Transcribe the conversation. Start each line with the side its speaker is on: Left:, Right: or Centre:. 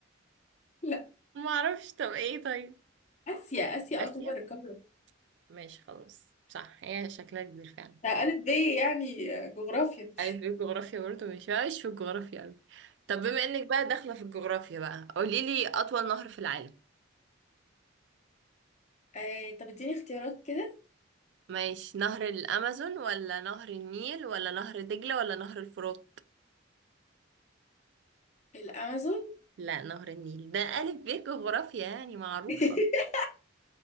Left: لا
Right: ما أعرفش طب إيه طيب
Left: آسيا آسيا
Right: آسيا
Left: أكبر قارة
Right: ماشي خلاص صح هي شكلها كبير فعلا
Left: ده
Right: تمام.
Left: ألف ب يعني آه، جغرافيا
Right: ألف ب جغرافيا برضه مش مش في الجغرافيا أوي طب بما إنك بقى داخلة في الجغرافيا بقى قوليلي أطول نهر في العالم
Left: أه طب اديني اختيارات كده
Right: ماشي نهر الأمازون ولا نهر النيل ولا نهر دجلة ولا نهر الفرات
Left: الأمازون
Right: لا نهر النيل ده ألف ب جغرافيا يعني معروفة
Left: <laughs>